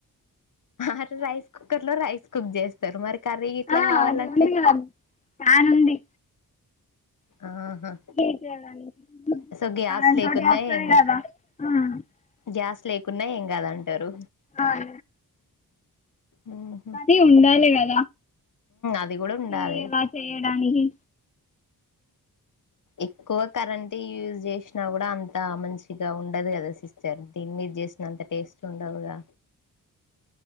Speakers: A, on the left; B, on the left.
A: అరే రైస్ కుకర్ లో రైస్ కుక్ చేస్తారు మరి కర్రీ ఇట్లా
B: ఆ
A: కావాలంటే
B: అది ఉంది ప్యాన్ ఉంది <unintelligible>
A: ఆహా సో గ్యాస్ లేకున్నా ఏం కాదు గ్యాస్ లేకున్నా ఏం కాదంటారు
B: అహ
A: ఉమ్,
B: అది ఉండాల కదు
A: అది కూడా ఉండాలి
B: ఇ ఎలా చేయడానికినికి
A: ఎక్కువ కరెంట్ యూజ్ చేసినా కూడా అంతా మంచి ఉండదు కదా సిస్టర్ దీని మీద చేసిన అంత టేస్ట్ ఉండదుగా